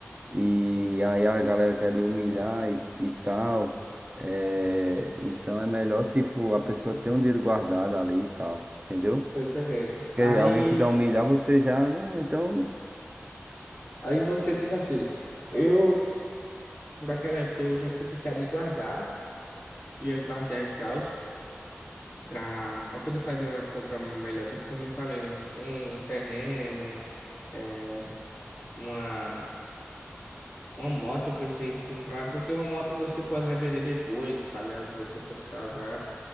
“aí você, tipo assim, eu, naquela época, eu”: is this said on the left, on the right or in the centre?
Left